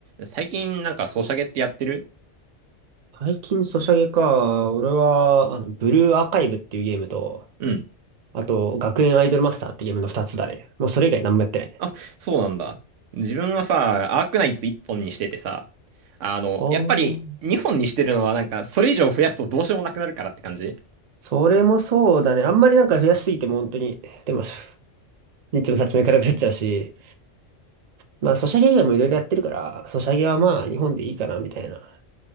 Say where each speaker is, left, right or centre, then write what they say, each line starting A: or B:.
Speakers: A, on the right (about 80°); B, on the right (about 50°).
A: 最近なんかソシャゲってやってる
B: 最近ソシャゲか。俺は、あの、ブルーアーカイブっていうゲームと、
A: うん。
B: あと、学園アイドルマスターってゲームの二つだね。もうそれ以外何もやってないね。
A: あ、そうなんだ。自分はさ、アークナイツ1本にしててさ、あの、
B: おー。
A: やっぱり2本にしてるのはなんかそれ以上増やすとどうしようもなくなるからって感じ
B: それもそうだね。あんまりなんか増やしすぎても本当に、でも、ニッチもサッチもいかなくなっちゃうし、まあ、ソシャゲ以外もいろいろやってるから、ソシャゲはまあ、日本でいいかな、みたいな